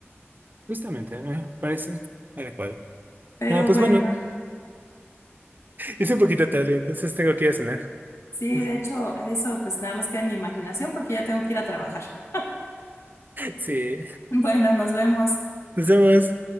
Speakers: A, on the right (about 45°); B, on the left (about 75°).
A: Justamente, me parece adecuado.
B: Pero
A: Ah, pues
B: bueno,
A: bueno, es un poquito tarde, entonces tengo que ir a cenar.
B: sí,
A: <laughs>
B: de hecho, eso pues nada más queda en mi imaginación porque ya tengo que ir a trabajar. <laughs>
A: Sí,
B: Bueno, nos vemos.
A: nos vemos.